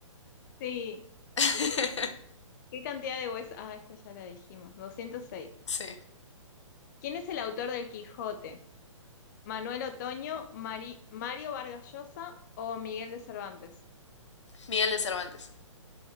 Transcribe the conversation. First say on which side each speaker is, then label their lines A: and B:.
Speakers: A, on the left; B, on the left.
A: Sí.
B: <laughs>
A: ¿Qué cantidad de huesos? Ah, esta ya la dijimos. doscientos seis
B: Sí.
A: ¿Quién es el autor del Quijote? Manuel Otoño, Mari- Mario Vargas Llosa o Miguel de Cervantes.
B: Miguel de Cervantes.